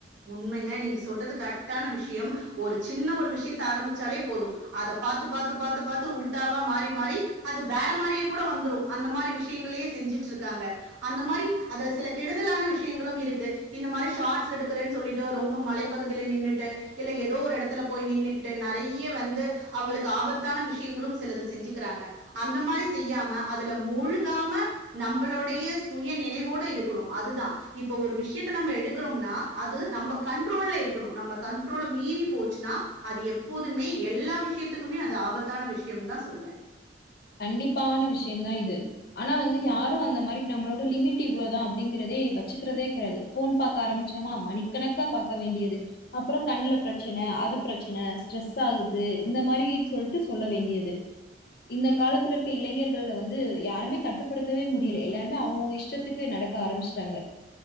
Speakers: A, on the right (about 85°); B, on the left (about 55°).
A: உண்மைங்க நீங்க சொல்றது கரெக்டான விஷ்யம் ஒரு சின்ன ஒரு விஷ்யத்த ஆரம்பிச்சாலே போதும் அத பாத்து பாத்து பாத்து பாத்து உல்ட்டாவா மாறி மாறி அது வேற மாரியே கூட வந்துரு அந்த மாரி விஷ்யங்களையே செஞ்சுட்ருக்காங்க அந்த மாரி அதுல சில கெடுதலான விஷ்யங்களும் இருக்கு இந்த மாரி ஷார்ட்ஸ் எடு க்குறேன் சொல்லிட்டு ரொம்ப மலைப்பகுதில நின்னுட்டு இல்ல எதோ ஒரு எடத்துல போய் நின்னுகிட்டு நெறைய வந்து அவுங்களுக்கு ஆபத்தான விஷ்யங்களும் சிலது செஞ்சுக்கிறாங்க அந்த மாரி செய்யாம அதுல மூழ்காம நம்பளுடைய சுய நினைவோட இருக்கணும் அதுதா இப்ப ஒரு விஷ்யத்த நம்ம எடுக்குறோம்னா அது நம்ப கண்ட்ரோல்ல இருக்கணு நம்ம கண்ட்ரோல்ல மீறி போச்சுன்னா அது எப்போதுமே எல்லா விஷ்யத்துக்குமே அது ஆபத்தான விஷ்யம் தா சொல்வே
B: கண்டிப்பான விஷ்யந்தா இது ஆனா வந்து யாரு அந்த மாரி நம்மளோட லிமிட் இவ்ளொதா அப்டிங்கிறதே வச்சுக்குறதே கெடயாது ஃபோன் பாக்க ஆரம்பிச்சாமா மணிக்கணக்கா பாக்க வேண்டியது அப்றொ கண்ல பிரச்சன அது பிரச்சன ஸ்ட்ரெஸ் ஆகுது இந்த மாரீன் சொல்ட்டு சொல்ல வேண்டியது
A: <inaudible>
B: இந்த காலத்துல இருக்க இளைஞர்கள்ல வந்து யாருமே கட்டுப்படுத்தவே முடியல எல்லாருமே அவுங்கவுங்க இஷ்டத்துக்கு நடக்க ஆரம்மிச்ட்டாங்க